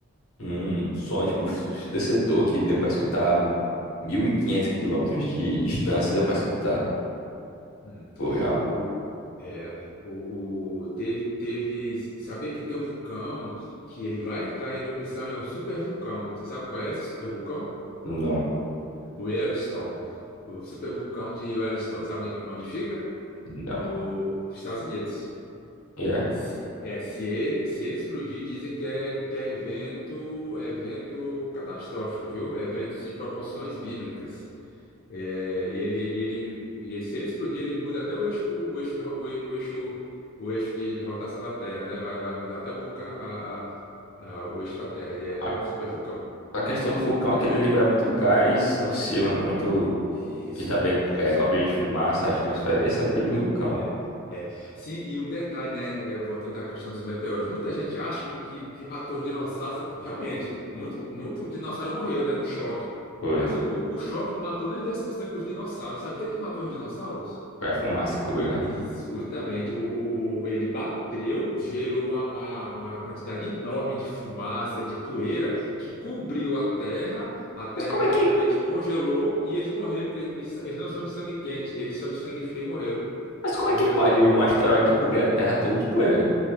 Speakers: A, on the left; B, on the left.
A: um som tipo ensurdecedor que deu para escutar 1.500 quilômetros de distância, deu para escutar.
B: Hum.
A: Foi uma...
B: O, é, o, o- teve, teve, sabia que tem um vulcão que ele vai entrar em erupção e é um supervulcão. Você sabe qual é esse supervulcão?
A: Não,
B: O Yellowstone. O supervulcão de Yellowstone. Sabe onde onde fica?
A: não,
B: No, dos Estados Unidos.
A: yeah.
B: Se, é, se ele, se ele explodir, dizem que é, que é evento, é evento catastrófico, viu? É eventos de proporções bíblicas. É, e ele, e ele, e ele- se ele explodir, ele muda até o eixo, o eixo de, ro- o e- o eixo, o eixo de, de rotação da Terra, né? Vai, vai mudar até um pouco a, a- a- a- o eixo da Terra. Ele é
A: A,
B: um super vulcão.
A: a questão do vulcão é que ele libera muito gás nocivo, né? Muito
B: Isso,
A: E também
B: isso.
A: é, cobre de fumaça, a atmosfera. Esse é o perigo do vulcão.
B: É, é. Sim, e um detalhe, né? é, Voltando à questão dos meteoros, muita gente acha que, que, que matou os dinossauros. Foi, realmente, muito, muito dinossauro morreu, né? No choque.
A: Foi,
B: Mas o, o, o choque não matou nem 10% dos dinossauros. Sabe o que é que matou os dinossauros?
A: foi a fumaça que cobriu, né?
B: E Justamente, o, o, o- ele bateu, gerou uma, uma, uma quantidade enorme de fumaça, de poeira, que cobriu a terra, a terra
A: Mas como
B: praticamente
A: é que,
B: congelou e eles morreram, porque eles, eles não são de sangue quente, eles são de sangue frio e morreram.
A: mas como
B: Morreram
A: é que pode um asteroide cobrir a Terra toda de poeira, hein?